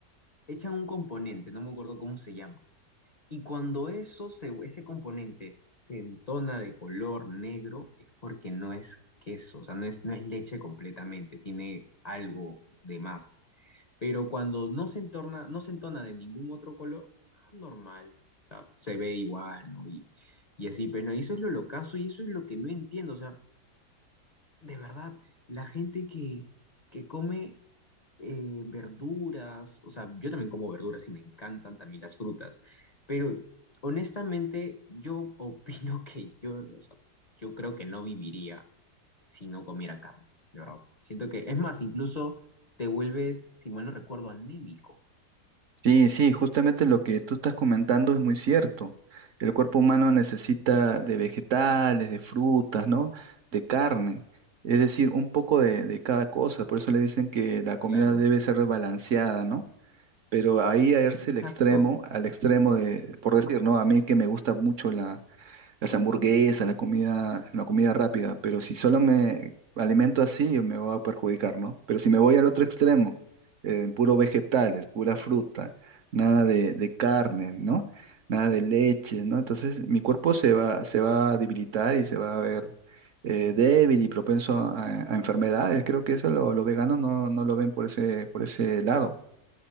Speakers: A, on the left; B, on the right.
A: echan un componente, no me acuerdo cómo se llama. Y cuando eso se, ese componente se entona de color negro, es porque no es queso, o sea, no es, no es leche completamente, tiene algo de más. Pero cuando no se entorna, no se entona de ningún otro color, ah, normal, o sea, se ve igual, ¿no? Y, y así, pues, ¿no? Y eso es lo locazo y eso es lo que no entiendo, o sea, de verdad, la gente que, que come eh, verduras, o sea, yo también como verduras y me encantan también las frutas, pero honestamente yo <laughs> opino que yo, o sea, yo creo que no viviría si no comiera carne, de verdad. Siento que, es más, incluso te vuelves, si mal no recuerdo, anémico.
B: Sí, sí, justamente lo que tú estás comentando es muy cierto. El cuerpo humano necesita de vegetales, de frutas, ¿no? De carne, es decir, un poco de, de cada cosa. Por eso le dicen que la comida
A: Claro,
B: debe ser balanceada, ¿no? Pero ahí a irse
A: exacto.
B: al extremo, al extremo de, por decir, ¿no? A mí que me gusta mucho las hamburguesas, la comida, la comida rápida, pero si solo me alimento así, yo me voy a perjudicar, ¿no? Pero si me voy al otro extremo, eh, puro vegetales, pura fruta, nada de, de carne, ¿no? Nada de leche, ¿no? Entonces mi cuerpo se va, se va a debilitar y se va a ver eh, débil y propenso a, a enfermedades. Creo que eso lo- los veganos no, no lo ven por ese, por ese lado.